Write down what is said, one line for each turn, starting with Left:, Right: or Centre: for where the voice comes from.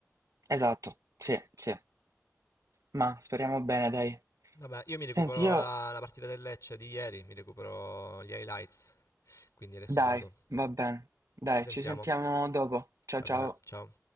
Right: Esatto, sì, sì. Ma speriamo bene, dai.
Left: Vabbè, io mi recupero
Right: Senti, io...
Left: la, la partita del Lecce di ieri, mi recupero gli highlights, quindi adesso
Right: Dai,
Left: vado.
Right: va bene. Dai,
Left: Ci sentiamo.
Right: ci sentiamo dopo. Ciao
Left: Va
Right: ciao.
Left: bene, ciao.